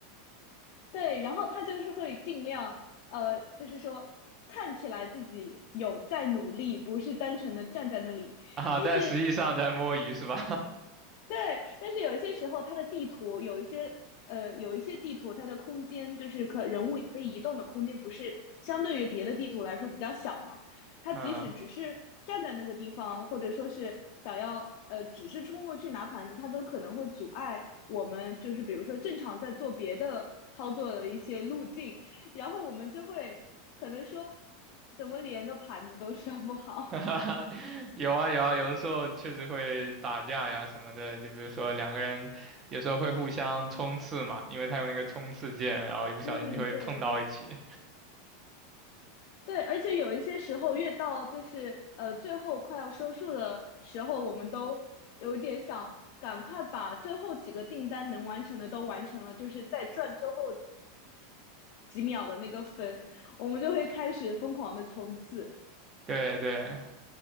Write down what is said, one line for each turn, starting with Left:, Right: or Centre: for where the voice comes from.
Left: 对，然后他就是会尽量，呃，就是说看起来自己有在努力，不是单纯的站在那里。
Right: 啊，
Left: 但是
Right: 但实际上在摸鱼是吧？
Left: 对，但是有一些时候，它的地图有一些呃，有一些地图它的空间就是可人物可以移动的空间，不是相对于别的地图来说比较小嘛？它即使只是站在那个地方，
Right: <laughs> 嗯，
Left: 或者说是想要呃，只是冲过去拿盘子，它都可能会阻碍我们，就是比如说正常在做别的操作的一些路径，然后我们就会可能说，怎么连个盘子都刷不好？
Right: <laughs> 有啊有啊，有的时候确实会打架呀什么的，就比如说两个人有时候会互相冲刺嘛，因为他有那个冲刺键，然后一不小心就会碰到一起。
Left: <laughs> 嗯，对。对，而且有一些时候，越到就是呃最后快要收束的时候，我们都有点想赶快把最后几个订单能完成的都完成了，就是再赚最后几秒的那个分，我们就会开始疯狂的冲刺。
Right: 对对，